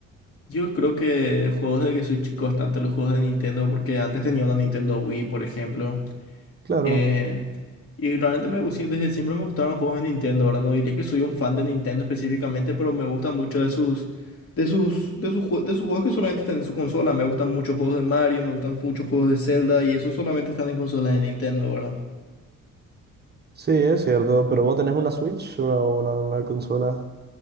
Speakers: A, on the left; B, on the right.
A: yo creo que juegos de que soy chico bastante los juegos de Nintendo, porque antes tenía una Nintendo Wii, por ejemplo.
B: Claro.
A: Eh, y realmente me, gus- desde siempre me gustaron los juegos de Nintendo, ¿verdad? No diría que soy un fan de Nintendo específicamente, pero me gusta mucho de sus, de sus, de sus, jue- de sus juegos que solamente están en su consola. Me gustan muchos juegos de Mario, me gustan muchos juegos de Zelda y esos solamente están en consolas de Nintendo, ¿verdad?
B: Sí, es cierto, pero vos tenés una Switch o una, una consola.